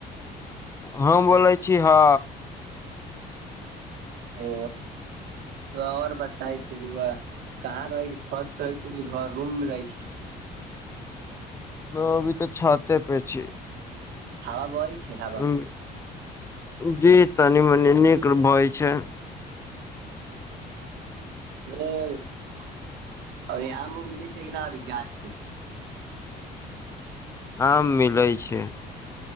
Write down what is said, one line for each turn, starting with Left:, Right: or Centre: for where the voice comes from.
Left: हम बोलै छी हँ
Right: ओ और बताे छै रु कहाँ रहे छै छत रहे छै कि घर रूम में रहे छै
Left: लभी तऽ छाते पे छी
Right: हवा बहै छै हवा
Left: ह जी तनी मनि नीक भय छय
Right: ओर आम उम मिलै छै किना अभी गाछ के
Left: आम मिलै छै